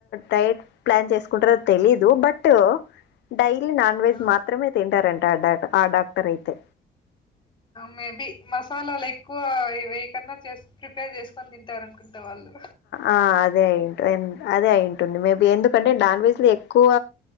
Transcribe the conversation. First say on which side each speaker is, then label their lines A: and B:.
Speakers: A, on the left (about 85°); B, on the left (about 25°).
A: డైట్ ప్లాన్ చేసుకుంటారో తెలీదు బట్ డైలీ నాన్ వెజ్
B: ఆ
A: మాత్రమే తింటారంట ఆ డా ఆ డాక్టర్ అయితే
B: మేబి మసాలాలు ఎక్కువ ఇ వే కన్నా చే ప్రిపేర్ చేసుకొని తింటారనుకో అంత వాళ్ళు
A: అ అదే అయింట అదే అయింటుంది మేబి ఎందుకంటే నాన్న్వజ్లు ఎక్కువ